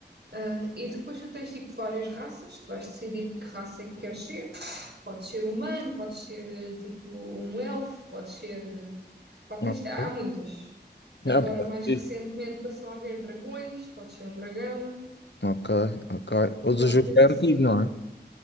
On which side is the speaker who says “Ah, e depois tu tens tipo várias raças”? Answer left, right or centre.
Right